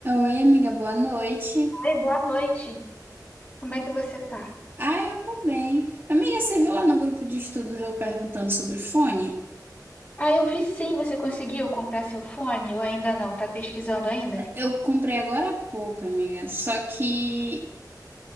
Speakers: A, on the right; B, on the left.
A: Oi, amiga, boa noite.
B: Oi, boa noite. Como é que você tá?
A: Ah, eu tô bem. Amiga, você viu lá no grupo de estudos eu perguntando sobre fone?
B: Ah, eu vi sim, você conseguiu comprar seu fone ou ainda não? Tá pesquisando ainda?
A: Eu comprei agora há pouco, amiga, só que